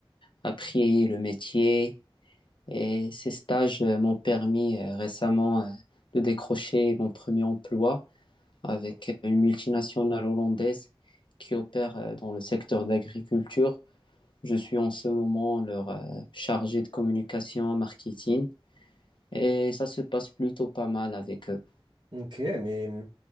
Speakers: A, on the left (about 60°); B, on the right (about 55°).
A: appris le métier. Et ces stages euh, m'ont permis euh, récemment euh, de décrocher mon premier emploi avec une multinationale hollandaise qui opère euh, dans le secteur d'agriculture. Je suis en ce moment leur euh, chargé de communication, marketing, et ça se passe plutôt pas mal avec eux.
B: Ok, mais hum,